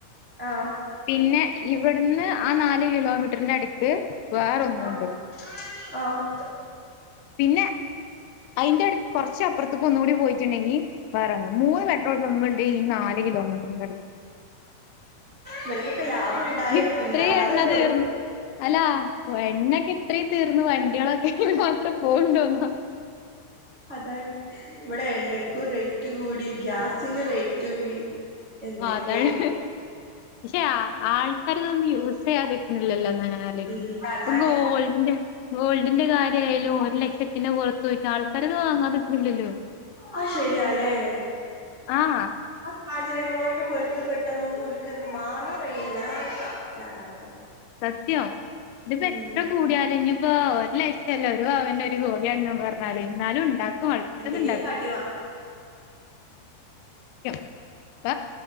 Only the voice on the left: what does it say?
പിന്നെ ഇവിടുന്ന് ആ നാാലു കിലോമീറ്ററിന്റെ അടുത്ത് വേറെ ഒന്നുംുണ്ട്
പിന്നെ അതിന്റെടു കൊറച്ച അപ്പുറത്തപ്പ ഒന്ന കൂടി പോയിട്ടുണ്ടെങ്കി വേറെന്നു മൂന്ന് പെട്രോൾ പമ്പ ഉണ്ട് ഈ നാാല കിലോമീറ്ററിന്റെ അടുത്ത്
ഇത്രയും
എണ്ണ
തീർന്ന്ു അല്ലാ എണ്ണൊക്കെ ഇത്രയും തീർന്നു വണ്ടികളൊക്കെ എ മാത്രം പോണ്ടോന്നോ
ആ അതാണ് പക്ഷെ ആൾക്കാർ ഇതൊന്നും യൂസ് ചെയ്യാത ല്ല ഇ
<inaudible>
ഗോൾഡിന്റെ ഗോൾഡിന്റെ കാര്യ ആയാലും ഒരു ലക്ഷ പിന്നെ പുറത്തു പോയിട്ട് ആൾക്കാരത് വാങ്ങാതിട്ടില്ലല്ലോ
ആഹ
സത്യം ഇതിപ്പോ
എത്ര കൂടിയാലും ഇ ഇപ്പ ഒരു ലക്ഷ്യല്ല ഒരു ഭവൻന്റെ ഒരു ഗോലിയാണെന്ന് പറഞ്ഞാല് എന്നാലും ഉണ്ടാക്കും ആൾക്കാരത്
ഉണ്ടാക്കും
അപ്പ